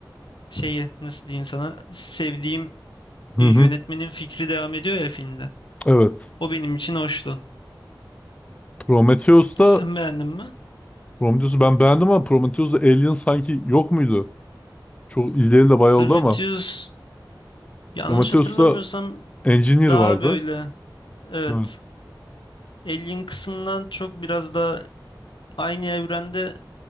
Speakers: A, on the left (about 90°); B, on the left (about 15°).
A: şeyi nasıl diyeyim sana sevdiğim
B: Hı
A: yönetmenin
B: hı.
A: fikri devam ediyor ya filmde.
B: Evet.
A: O benim için hoştu.
B: Prometheus'ta
A: Sen beğendin mi?
B: Prometheus'u ben beğendim ama Prometheus'ta Alien sanki yok muydu? Çok izleyeli de bayağı
A: Prometheus
B: oldu ama
A: yanlış
B: Prometheus'ta
A: hatırlamıyorsam
B: Engineer
A: daha
B: vardı.
A: böyle evet
B: Evet.
A: Alien kısmından çok biraz daha aynı evrende